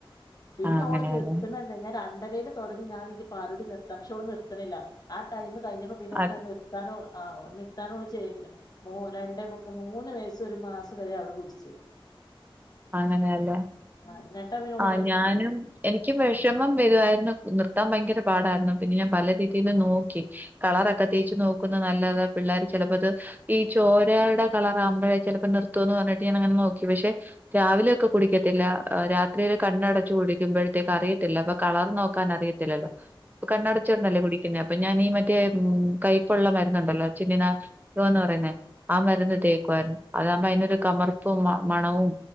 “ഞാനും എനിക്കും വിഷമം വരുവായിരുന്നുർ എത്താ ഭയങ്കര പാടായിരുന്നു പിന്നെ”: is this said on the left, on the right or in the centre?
Right